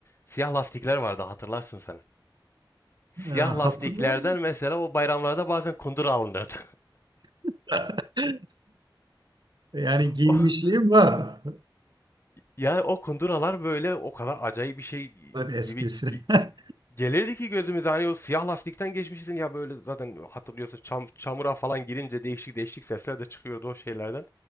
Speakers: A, on the left (about 30°); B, on the right (about 60°).
A: siyah lastikler vardı hatırlarsın sen. Siyah
B: Ee, hatırlar
A: lastiklerden mesela o bayramlarda bazen kundur alınırdı.
B: <laughs> Yani giymişliğim
A: <laughs>
B: var.
A: Ya o kunduralar böyle o kadar acayip bir şey
B: bir esprisine.
A: gibi gi- gi-
B: <laughs>
A: gelirdi ki gözümüze hani o siyah lastikten geçmişsin ya böyle zaten hatırlıyorsun çam, çamura falan girince değişik değişik sesler de çıkıyordu o şeylerden.